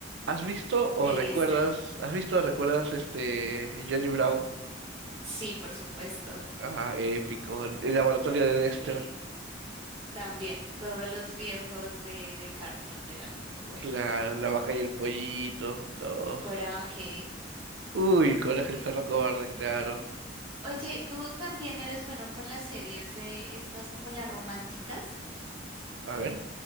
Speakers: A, on the right; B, on the right.
A: ¿Has visto o
B: de
A: recuerdas?
B: Disney.
A: ¿Has visto o recuerdas este Johnny Bravo?
B: Sí, por supuesto.
A: Ah, épico. El laboratorio de Dexter.
B: Sí. También, todos los viejos de, de Cartoon eran muy buenos.
A: Claro, la vaca y el pollito, todos.
B: Coraje.
A: Uy, Coraje
B: sí.
A: el perro cobarde, claro.
B: Oye, ¿tú también eres bueno con las series de estas como las románticas
A: A ver.